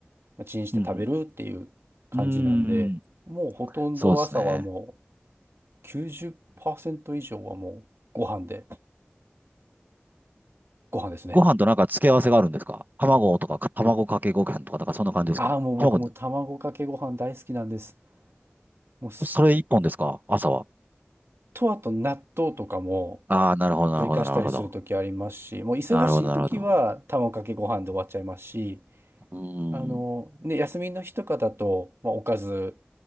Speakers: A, on the right; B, on the right.
A: まあチンして食べるっていう感じなんで、
B: うんうん。うーん。
A: もうほとんど朝はもう
B: そうですね。
A: 90%以上はもうご飯で、ご飯ですね。
B: ご飯となんか付け合わせがあるんですか卵とか、か卵かけご飯とか、だからそんな感じですか卵、
A: ああ、もう僕も卵かけご飯大好きなんです。もうす、
B: それ一本ですか朝は。
A: と、あと納豆とかも
B: ああ、なるほど、なるほど、
A: 追加したりするときありますし、
B: なるほど。
A: もう忙しいときは卵かけご飯で終わっちゃいますし、
B: なるほど、なるほど。うー
A: あの、
B: ん、
A: ね、休みの日とかだと、まあ、おかず